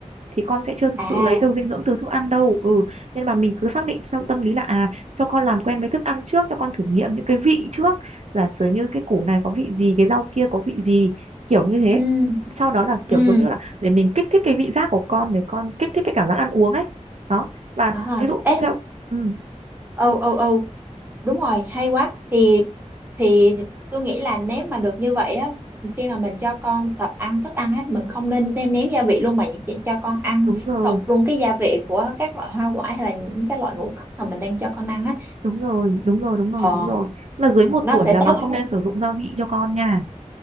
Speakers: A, on the right; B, on the right.
A: thì con sẽ chưa thực
B: à
A: sự lấy được dinh dưỡng từ thức ăn đâu ừ nên mà mình cứ xác định trong tâm lý là à cho con làm quen với thức ăn trước cho con thử nghiệm những cái vị trước giả sử như cái củ này có vị gì cái rau kia có vị gì kiểu như thế
B: ừ
A: sau đó là kiểu
B: ừ
A: giống như là để mình kích thích cái vị giác của con để con kích thích cái cảm giác ăn uống ấy đó và
B: à
A: ví dụ
B: ê
A: theo ừ,
B: ừ ừ ừ đúng rồi hay quá thì thì tôi nghĩ là nếu mà được như vậy á khi mà mình cho con tập ăn thức ăn á mình không nên nêm nếm gia vị luôn mà chỉ cho con ăn
A: đúng rồi
B: thật luôn cái gia vị của các loại hoa quả hay là những cái loại ngũ cốc mà mình đang cho con ăn á
A: đúng rồi đúng rồi đúng rồi
B: ờ
A: đúng rồi là dưới một
B: nó
A: tuổi
B: sẽ
A: là
B: tốt
A: bà không nên sử dụng gia vị cho con nha